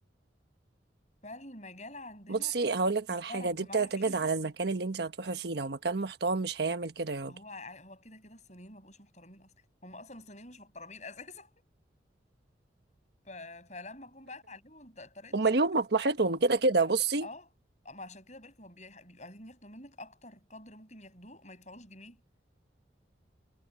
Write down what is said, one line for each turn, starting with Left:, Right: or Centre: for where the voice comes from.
Left: فالمجال عندنا
Right: بصي هقول لك
Left: اتضرب
Right: على حاجه دي
Left: بمعنى
Right: بتعتمد
Left: الكلمة
Right: على المكان اللي انت هتروحي فيه لو مكان محترم مش هيعمل كده ياض
Left: ما هو عا- هو كده كده الصينيين ما بقوش محترمين اصلا هم اصلا الصينيين مش محترمين <laughs> اساسا ف... فلما جم بقى اتعلموا طريقة
Right: هما
Left: الشغل
Right: ليهم مصلحتهم كده كده بصي
Left: اه آه، ما عشان كده بقولك هم بيح- بيبقوا عايزين ياخدوا منك اكتر قدر ممكن ياخدوه ما يدفعوش جنيه